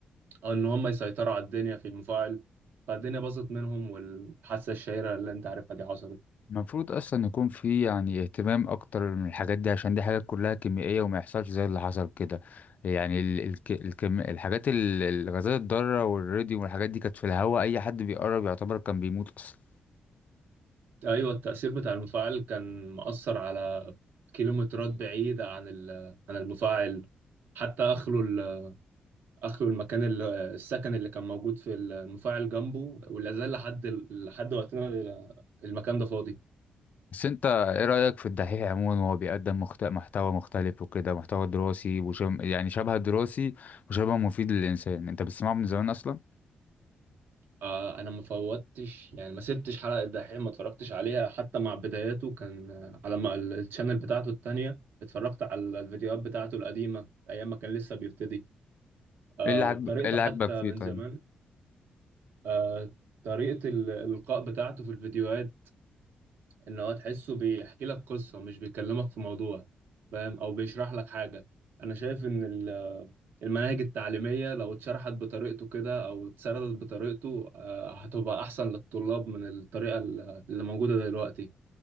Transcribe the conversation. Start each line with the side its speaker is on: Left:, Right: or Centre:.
Right: أو إن هم يسيطروا على الدنيا في المفاعل فالدنيا باظت منهم والحادثة الشهيرة اللي أنت عارفها دي حصلت
Left: المفروض اصلا يكون في يعني اهتمام اكتر من الحاجات دي عشان دي حاجات كلها كيميائيه وما يحصلش زي اللي حصل كده يعني ال الك الكم الحاجات ال- الغازات الضاره والراديوم والحاجات دي كانت في الهواء اي حد بيقرب يعتبر كان بيموت اصلا
Right: ايوه التأثير بتاع المفاعل كان مأثر على كيلومترات بعيدة عن ال- عن المفاعل حتى اخلوا ال- اخلوا المكان ال- السكن اللي كان موجود في المفاعل جنبه ولا زال لحد ال- لحد وقتنا ال- المكان ده فاضي
Left: بس انت ايه رايك في الدحيح عموما وهو بيقدم مخت... محتوى مختلف وكده محتوى دراسي وشم... يعني شبه دراسي وشبه مفيد للانسان انت بتسمعه من زمان اصلا
Right: آه، انا ما فوتش يعني ما سبتش حلقة الدحيح ما اتفرجتش عليها حتى مع بداياته كان آه، على ما ال- الشانل بتاعته التانية اتفرجت على الفيديوهات بتاعته القديمة ايام ما كان لسه بيبتدي آه،
Left: ايه اللي عاجبك
Right: بطريقته
Left: ايه اللي
Right: حتى
Left: عاجبك فيه
Right: من
Left: طيب
Right: زمان آه، طريقة ال- الإلقاء بتاعته في الفيديوهات إن هو تحسه بيحكي لك قصة مش بيكلمك في موضوع فاهم أو بيشرح لك حاجة أنا شايف إن ال- المناهج التعليمية لو اتشرحت بطريقته كده أو اتسردت بطريقته آه، هتبقى أحسن للطلاب من الطريقة ال- اللي موجودة دلوقتي